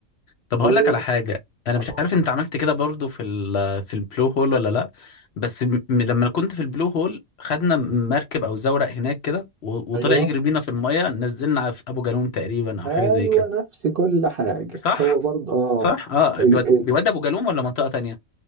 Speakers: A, on the left; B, on the right.
A: طب
B: و
A: هقول لك على حاجة انا
B: آه.
A: مش عارف انت عملت كده برضو في ال في البلو هول ولا لا بس م- لما كنت في البلو هول خدنا مركب او زورق هناك كده و-
B: ايوه
A: وطلع يجري بينا في المية نزلنا في ابو جالوم تقريبا او
B: ايوه
A: حاجة زي كده
B: نفس كل حاجه
A: صح
B: هو برضه اه
A: صح اه
B: ال...
A: بيود
B: ال...
A: بيود ابو جالوم ولا منطقة تانية